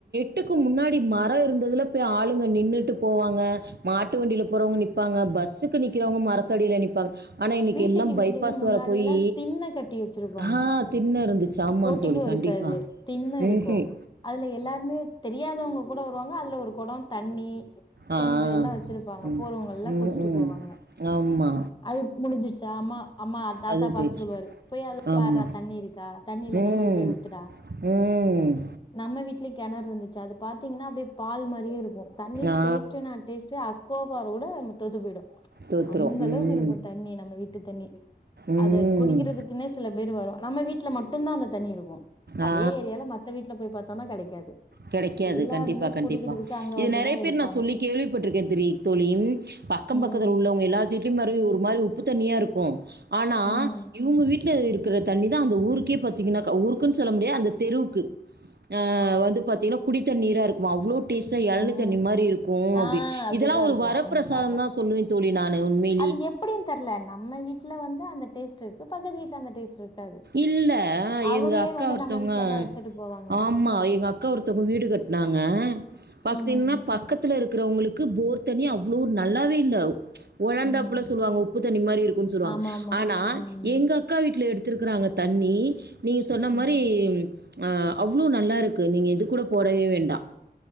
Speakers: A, on the right; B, on the left.
A: வீட்டுக்கு முன்னாடி மரோ இருந்ததுல போய் ஆளுங்க நின்னுட்டு போவாங்க. மாட்டு வண்டில போறவங்க நிப்பாங்க பஸ்ஸுக்கு நிக்கிறவங்க மரத்தடில நிப்பாங்க. ஆனா இன்னைக்கு
B: வீட்டுக்கு
A: எல்லாம்
B: வீடு
A: பைபாஸ்
B: முன்னாடி
A: வர போயி
B: எல்லா திண்ண கட்டி வச்சிருப்பாங்க
A: ஆ தின்ன இருந்துச்சு ஆமா
B: போட்டிக்கோ
A: தோழி
B: இருக்காது
A: கண்டிப்பா
B: திண்ண
A: ம்
B: இருக்கு அதுல எல்லாருமே தெரியாதவங்க கூட வருவாங்க அதுல ஒரு கொடம் தண்ணி
A: ஆ.
B: செம்பு எல்லாம் வச்சிருப்பாங்க
A: ம்.
B: போர்வங்கள் எல்லாம்
A: ம்ஹ்ம்.
B: குடிச்சுட்டு போவாங்க
A: ஆமா.
B: அது முடிஞ்சிருச்சா அம்மா அம்மா தாத்தா
A: அதுவும்
B: பாக்க
A: போயிருச்சு.
B: சொல்லுவாரு போய் அது
A: ஆமா.
B: பாடுறா தண்ணி இருக்கா தண்ணி இல்லைன்னா
A: ம்.
B: கொண்டு போய் <unintelligible>
A: ம்
B: நம்ம வீட்லி கெணறு இருந்துச்சு அது பாத்தீங்கன்னா அப்டியே பால் மாரியே இருக்கு தண்ணி
A: ஆ.
B: டேஸ்ட்டுனா நான் டேஸ்ட்ட் அக்கோப்பார வூட நம்ம தோத்து போயிடு
A: தோத்துரும்.
B: அந்த அளவுக்கு
A: ம்.
B: இருக்கும். தண்ணி நம்ம வீட்டு தண்ணி
A: ம்.
B: அத குடிக்கிறது இன்று சில பேர் வரும் நம்ம வீட்ல மட்டும் தான் அந்த தண்ணி இருக்கும்
A: ஆ
B: அதே ஏரியால மத்த வீட் உள்ள போய் பாத்தோனா கெடைக்காது.
A: கெடைக்காது
B: எல்லாருமே
A: கண்டிப்பா கண்டிப்பா
B: குடிக்கிறதுக்கு அங்க
A: இது
B: வந்துதா
A: நெறைய பேர்
B: எடுப்பாங்க
A: நான் சொல்லி கேள்விப்பட்ருக்கேன் தெரியு தோழி ப அக்கம்
B: ம்
A: பக்கத்தில் உள்ளவங்க எல்லா வீட்லயும் ஒரு மாரி உப்பு தண்ணியா இருக்கும் ஆனா
B: ம்
A: இவங்க வீட்டு <unintelligible> இருக்கிற தண்ணி தான் அந்த ஊருக்கே பாத்தீங்கன்னாக ஊருக்குன்னு சொல்ல முடியாது அந்த தெருவுக்கு <unintelligible>
B: ஆ
A: வந்து பாத்தீன்னா குடித்த தண்ணீரா இருக்குமா அவ்ளோ டேஸ்ட்டா எழனி
B: ம்
A: தண்ணி மாரி இருக்கும் அப்டினு
B: ஆ அப்டிதா
A: இதெல்லாம் ஒரு
B: இருக்கு
A: வரப்பிரசாதம்
B: எங்க தாத்தா
A: தான் சொல்லுவேன் தோழி நான் உண்மைய
B: அது எப்டின்னு தெர்ல நம்ம வீட்ல வந்து அந்த டேஸ்ட் இருக்கு பக்கத்து வீட்ல அந்த டேஸ்ட்ருக்கு க்காது
A: இல்ல,
B: அவங்ளே
A: எங்க அக்கா
B: வந்து
A: ஒருத்தவங்க
B: நம்ம வீட்லதான் எடுத்துட்டு போவாங்க
A: ஆமா எங்க அக்கா ஒருத்தவங்க வீடு கட்னாங்க பாத்தீங்கன்னா
B: ம்
A: பக்கத்து த்துல இருக்கிறவங்களுக்கு போர் தண்ணி அவ்ளோ நல்லாவே இல்ல உழர்ந்தாப்புல
B: ம்
A: சொல்லுவாங்க உப்பு தண்ணி மாரி இருக்குன்னு சொல்லுவாங்க
B: ஆமா ஆமா
A: ஆனா
B: ம்
A: எங்க அக்கா வீட்ல எடுத்துருக்கறாங்க தண்ணி நீங்க சொன்ன
B: ம்
A: மாரி ஆ அவ்ளோ நல்லாயிருக்கு நீங்க இது கூட போடவே வேண்டாம்